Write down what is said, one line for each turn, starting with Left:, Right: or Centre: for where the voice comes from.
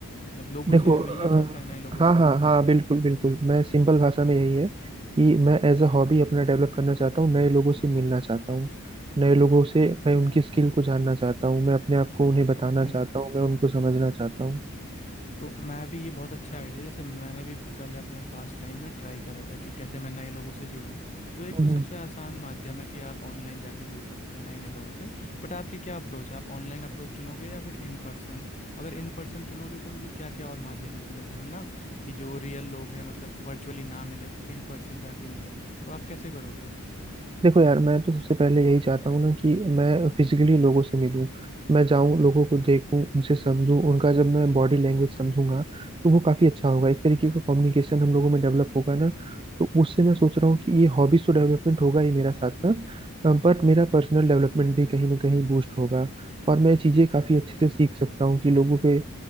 Left: मतलब लोगों
Right: देखो
Left: से मिलना
Right: अ,
Left: चाहते हैं नए लोगों
Right: हाँ
Left: से
Right: हाँ हाँ बिल्कुल बिल्कुल मैं सिंपल भाषा में यही है कि मैं एज अ हॉबी अपना डेवलप करना चाहता हूँ नए लोगों से मिलना चाहता हूँ नए लोगों से मैं उनकी स्किल को जानना चाहता हूँ मैं अपने आप को उन्हें बताना
Left: ओके
Right: चाहता हूँ मैं उनको समझना चाहता हूँ
Left: तो मैं भी ये बहुत अच्छा आइडिया जैसे मैंने भी पहले अपने पास टाइम में ट्राई करा था कि कैसे मैं नए लोगों से जुड़ूं तो एक
Right: हम्म
Left: तो सबसे आसान माध्यम है कि आप ऑनलाइन जाकर जुड़ सकते हैं नए नए लोगों से बट आपकी क्या अप्रोच है आप ऑनलाइन अप्रोच चुनोगे या फिर इन पर्सन अगर इन पर्सन चुनोगे तो मतलब क्या क्या और माध्यम है कि जैसे हम ना कि जो रियल लोग हैं मतलब वर्चुअली ना मिले इन पर्सन जाके मिले तो आप कैसे करोगे वो
Right: देखो यार मैं तो सबसे पहले यही चाहता हूँ ना कि मैं फिजिकली लोगों से मिलूं मैं जाऊं लोगों को देखूं उनसे समझूं उनका जब मैं बॉडी लैंग्वेज समझूंगा तो वो काफी अच्छा होगा एक तरीके का कम्युनिकेशन हम लोगों में डेवलप होगा ना तो उससे मैं सोच रहा हूँ कि ये हॉबीज तो डेवलपमेंट होगा ही मेरा साथ साथ बट मेरा पर्सनल डेवलपमेंट भी कहीं ना कहीं बूस्ट होगा और मैं चीजें काफी अच्छे से सीख सकता हूँ कि लोगों के